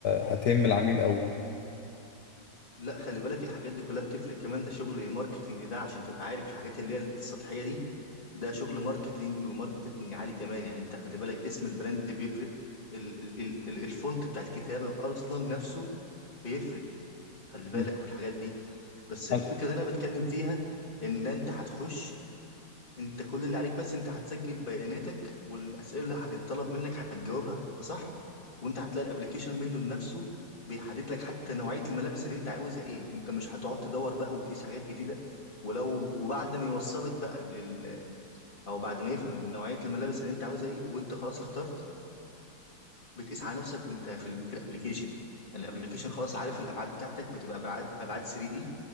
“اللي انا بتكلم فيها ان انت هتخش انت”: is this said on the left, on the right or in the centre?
Left